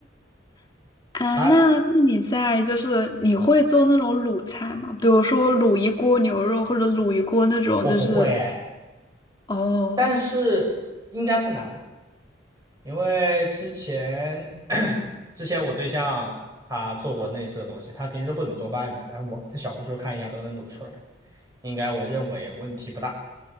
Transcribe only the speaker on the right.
啊，
我不会哎，
但是应该不难，因为之前 <clears throat> 之前我对象他做过类似的东西，他平时不怎么做饭的，但我在小红书看一下都能卤出来，应该我认为问题不大。